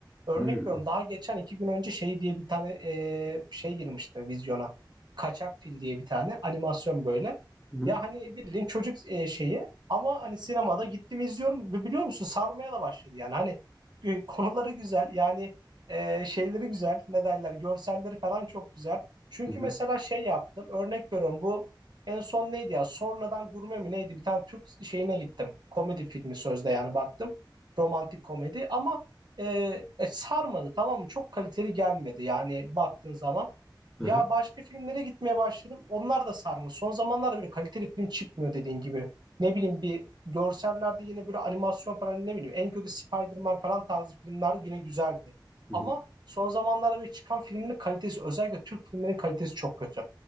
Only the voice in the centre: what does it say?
Hı hı.
Hı
hı.
Hı
hı.
Hı
hı.